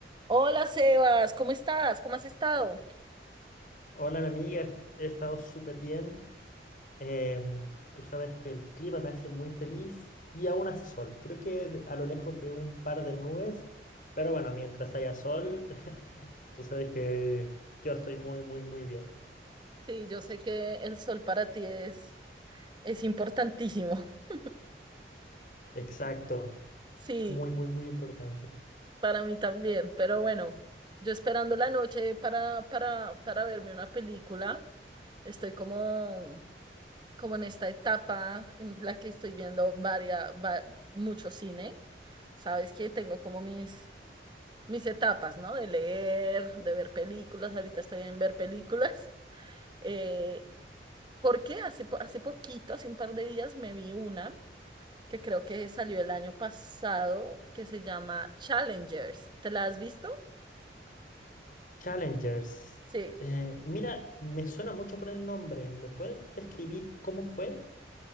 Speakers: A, on the right; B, on the left.
A: Hola Sebas, ¿cómo estás? ¿Cómo has estado?
B: Hola, mi amiga, est- he estado súper bien. Em, tú sabes que el clima me hace muy feliz y aún hace sol. Creo que de- a lo lejos veo un par de nubes, pero bueno, mientras haya sol, <laughs> tú sabes que yo estoy muy, muy, muy bien.
A: Sí, yo sé que el sol para ti es, es importantísimo. <laughs>
B: Exacto,
A: Sí,
B: muy, muy, muy importante.
A: para mí también, pero bueno, yo esperando la noche para, para, para verme una película, estoy como, como en esta etapa en la que estoy viendo varias va- mucho cine. Sabes que tengo como mis, mis etapas, ¿no? De leer, de ver películas, ahorita estoy en ver películas. Eh, Porque hace, po- hace poquito, hace un par de días, me vi una que creo que salió el año pasado, que se llama Challengers. ¿Te la has visto?
B: Challengers.
A: Sí.
B: Eh, mira, me suena mucho por el nombre. ¿Me puedes describir cómo fue?